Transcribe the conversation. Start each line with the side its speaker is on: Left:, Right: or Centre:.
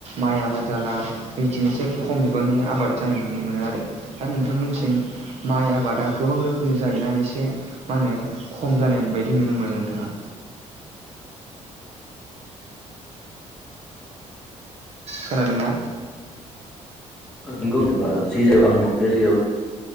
Right: माइ आबाद जाला मिथिनोसै खम बिबांनि आबाद जानाय नुनो मोनो आरो। दा नोंथांमोनथिं माइ आबादा गोबां रोखोमनि जायोना एसे मा होनो खम जानाय बायदि नुनो मोनो नोंथाङा। खोनादों ना।
Centre: नंगौ एबा जि जायगायाव आं दं बे जायगायाव।